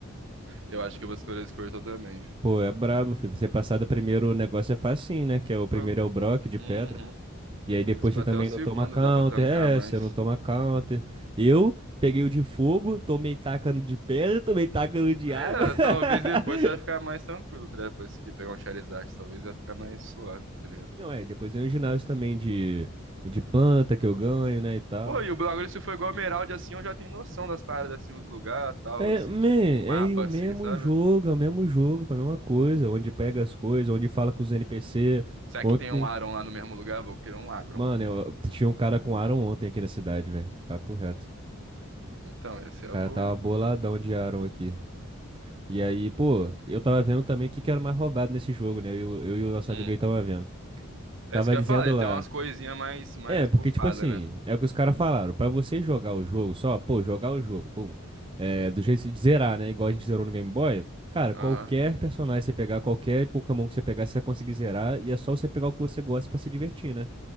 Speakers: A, on the right; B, on the right.
A: Eu acho que eu vou escolher o Squirtle também, filho.
B: Pô, é brabo, filho. Você passar do primeiro negócio é facinho, né? Que é o primeiro
A: Pô,
B: é o Brock de
A: Uhum.
B: pedra. E aí depois
A: Esse pra
B: você também
A: até o segundo,
B: não toma counter.
A: dá pra tancar
B: É,
A: mais.
B: você não toma counter. Eu peguei o de fogo, tomei tacano de pedra, tomei tacano de
A: É,
B: água. <laughs>
A: talvez depois você vai ficar mais tranquilo, tá ligado? Depois que pegar um Charizard, talvez vai ficar mais suave, tá ligado?
B: Não, é, e depois vem o ginásio também de, de planta que eu ganho, né, e tal.
A: Pô, e o bagulho, se for igual Emerald, assim, eu já tenho noção das paradas, assim, os lugares, tal,
B: É,
A: assim,
B: man,
A: tipo,
B: é
A: o mapa,
B: o mesmo
A: assim, sabe?
B: jogo, é o mesmo jogo, a mesma coisa, onde pega as coisas, onde fala com os NPC.
A: Será
B: Ontem
A: que tem um Aron lá no mesmo lugar? Vou querer um Agron.
B: Mano, eu eu tinha um cara com Aaron ontem aqui na cidade, velho. Papo reto.
A: Então, essa é
B: O
A: a
B: cara
A: boa,
B: tava
A: hein?
B: boladão de Aaron aqui. E aí, pô, eu tava vendo também o que que era mais roubado nesse jogo, né? Eu, eu e o nosso
A: Hum.
B: amigo aí tava vendo.
A: É
B: Tava
A: isso que
B: dizendo
A: eu ia falar, ia
B: lá.
A: ter umas coisinhas mais, mais
B: É, porque,
A: bufadas,
B: tipo assim,
A: né?
B: é o que os caras falaram. Pra você jogar o jogo só, pô, jogar o jogo, pum. É, do jeito de zerar, né? Igual a gente zerou no Game Boy. Cara,
A: Aham.
B: qualquer personagem que você pegar, qualquer Pokémon que você pegar, você vai conseguir zerar. E é só você pegar o que você gosta pra se divertir, né?